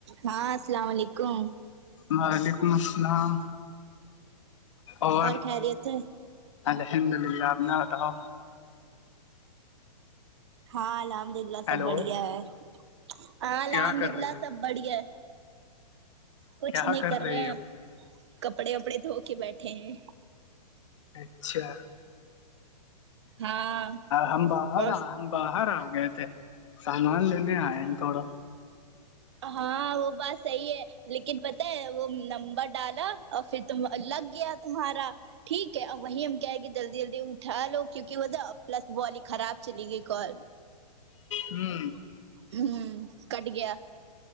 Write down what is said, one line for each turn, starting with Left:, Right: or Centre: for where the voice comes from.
Right: ہاں السلام علیکم
Left: وعلیکم السلام اور
Right: خیریت ہے
Left: الحمد للہ آ اپنا بتاؤ
Right: ہاں الحمد للہ
Left: ہیلو
Right: سب بڑھیا ہے ہاں الحمد
Left: کیا کر
Right: للہ
Left: رہی ہو
Right: سب بڑیا کچھ
Left: کیا
Right: نہیں کر
Left: رہی
Right: رہے ہیں
Left: ہو
Right: آپ کپڑے وپڑے دھو کے بیٹھے ہیں
Left: اچھا
Right: ہاں
Left: ہم باہر
Right: اور
Left: آ ہم باہر آ گئے تھے سامان لینے آئے ہیں تھوڑا
Right: ہاں وہ بات صحی ہے لیکن پتہ ہے وہ نمبر ڈالا اور پھر تم لگ گیا تمہارا ٹھیک ہے ا وہیں ہم کیا گے جلدی جلدیٹ ٹھا لو کیونکہ ہو جا پلس والی خراب چلی گئی کال
Left: ہوں
Right: ہوں کٹ گیا